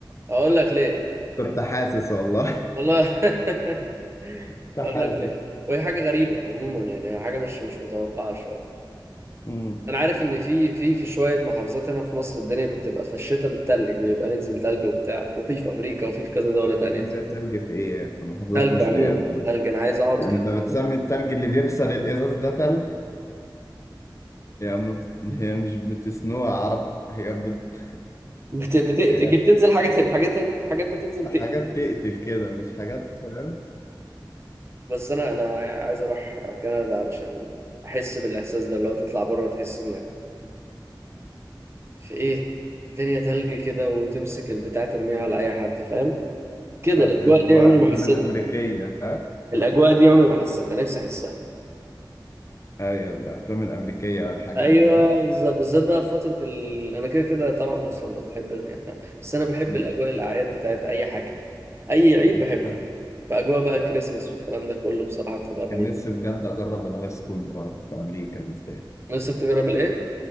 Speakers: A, on the right; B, on the left.
A: اقول لك ليه
B: كنت حاسس والله
A: والله <laughs>
B: كنت حاسس
A: اقول لك ليه وهي حاجه غريبه عموما يعني هي حاجه مش مش متوقعه شويه
B: امم
A: انا عارف ان في في في شويه محافظات هنا في مصر الدنيا بتبقى في الشتاء بتتلج بيبقى ننزل تلج وبتاع وفي في امريكا وفي في كذا دوله تانية
B: تنزل
A: بتبقى
B: تلج في ايه في محافظات
A: تلج
B: مصر
A: عموما
B: ايه أصلاً؟
A: تلج انا عايز اقعد
B: انت
A: كده
B: بتسمي التلج اللي بيكسر الازاز ده تلج هي ما بت...
A: <laughs>
B: هي مش بتسنوه اعرفه هي بت...
A: بت... بت...
B: هي
A: تيجي بتنزل حاجات الحاجات حاجات بتنزل
B: حاجات
A: تقل
B: تقتل كده مش حاجات فاهم
A: بس انا انا عايز اروح كندا علشان احس بالاحساس ده لو تطلع بره تحس انك في ايه الدنيا تلج كده وتمسك البتاع ترميها على اي حد فاهم كده
B: بس
A: الاجواء
B: جوا
A: دي عمري ما
B: افلام
A: حسيتها
B: الامريكيه
A: الاجواء دي عمري ما حسيتها نفسي احسها
B: ايوه الافلام الامريكيه والحاجات
A: ايوه
B: دي ها؟
A: بالظبط بالذات بقى في فتره ال... انا كده كده طبعا مسلم بس بحب يعني بس انا بحب
B: مم.
A: الاجواء الاعياد بتاعت اي حاجه اي عيد
B: انت
A: بحبه
B: عارف،
A: فاجواء بقى كريسماس والكلام ده كله بصراحه بتبقى
B: كان
A: رهيبه
B: نفسي بجد اجرب الهاي سكول بره في امريكا بالذات
A: نفسك تجرب الايه